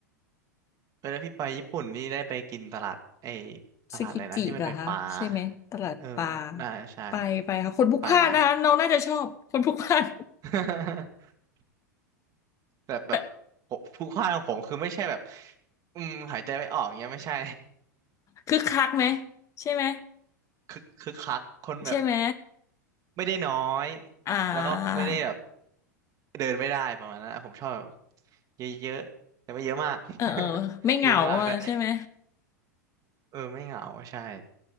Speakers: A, on the right; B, on the left.
A: เออแล้วพี่ไปญี่ปุ่นนี่ได้ไปกินตลาดไอ้ตลาดอะไรนะที่มันเป็นปลา
B: ซึกิจิเหรอคะใช่ไหมตลาดปลา
A: เออน่าใช่
B: ไปไปค่ะคนพลุกพล่านนะคะน้องน่าจะชอบคนพลุกพล่าน
A: ไปไหม <laughs> แบบแบบผมผู้พลาดของผมคือไม่ใช่แบบ
B: แต่
A: อืมหายใจไม่ออกเงี้ยไม่ใช่
B: คึกคักไหมใช่ไหม
A: <laughs> คึกคึกคักคนแบบ
B: ใช่ไหม
A: ไม่ได้น้อย
B: อ่า
A: แล้วก็ไม่ได้แบบเดินไม่ได้ประมาณนั้นอะผมชอบแบบเยอะๆแต่ไม่เยอะมาก <laughs>
B: เออเออไม่เหงาอะใช่ไหม
A: เรื่องมากด้วยเออไม่เหงาใช่